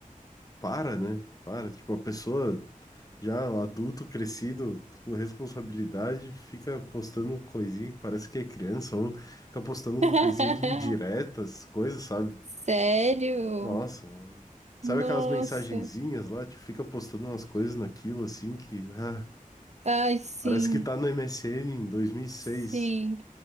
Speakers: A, on the left; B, on the right.
A: para, né? Para. Tipo, a pessoa já um adulto, crescido, com responsabilidade, fica postando coisinha que parece que é criança, ou fica postando uma
B: <laughs>
A: coisinha de indiretas, coisas, sabe?
B: Sério?
A: Nossa. Sabe
B: Nossa.
A: aquelas mensagenzinhas lá? Tipo, fica postando umas coisas naquilo, assim, que... Ah,
B: Ai, sim,
A: parece que tá no MSN em dois mil e seis,
B: sim,